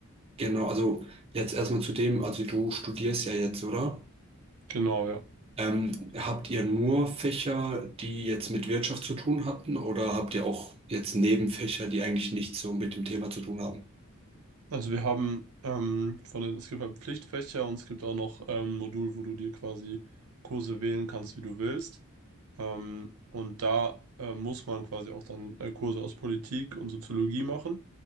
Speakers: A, on the right; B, on the right.
A: Genau, also jetzt erstmal zu dem, also du studierst ja jetzt, oder?
B: genau, ja.
A: Ähm, habt ihr nur Fächer, die jetzt mit Wirtschaft zu tun hatten, oder habt ihr auch jetzt Nebenfächer, die eigentlich nichts so mit dem Thema zu tun haben?
B: Also wir haben ähm, von den, es gibt halt Pflichtfächer und es gibt auch noch ähm, ein Modul, wo du dir quasi Kurse wählen kannst, wie du willst. Ähm, und da äh, muss man quasi auch dann äh, Kurse aus Politik und Soziologie machen.